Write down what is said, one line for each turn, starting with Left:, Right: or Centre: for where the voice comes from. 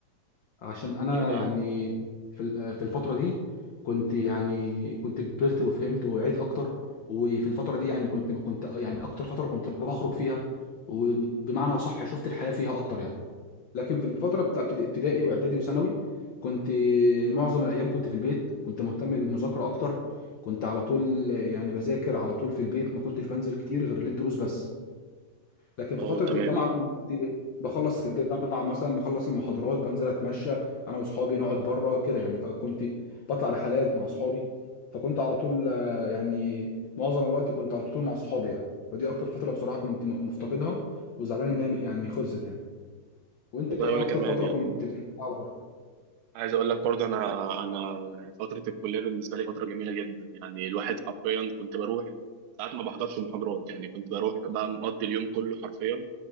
Left: عشان انا
Right: ليه بقى؟
Left: يعني في ال- آه، في الفتره دي كنت يعني كنت كبرت وفهمت وعيت اكتر وفي الفتره دي يعني كنت كنت يعني اكتر فتره كنت بخرج فيها وبمعنى صح شفت الحياه فيها اكتر يعني لكن في الفترة بتاعت ابتدائي واعدادي وثانوي كنت معظم الايام كنت في البيت كنت مهتم بالمذاكرة اكتر كنت على طول يعني بذاكر على طول في البيت ما كنتش بنزل كتير غير للدروس بس لكن في
Right: اه
Left: فترة
Right: تمام
Left: الجامعة كنت بخلص الجامعة مثلا بخلص المحاضرات بنزل اتمشى انا واصحابي نقعد بره كده يعني فكنت بطلع رحلات مع اصحابي فكنت على طول آه، يعني معظم الوقت كنت على طول مع اصحابي يعني ودي اكتر فترة بصراحة كنت م- مفتقدها وزعلان ان هي يعني خلصت يعني وانت
Right: والله
Left: ايه
Right: وانا
Left: اكتر
Right: كمان
Left: فتره
Right: يعني
Left: كنت بتحبها برضه
Right: عايز اقول لك برضه انا انا فترة الكلية بالنسبة لي فترة جميلة جدا يعني الواحد حرفيا كنت بروح ساعات ما بحضرش محاضرات يعني كنت بروح بقى مقضي اليوم كله حرفيا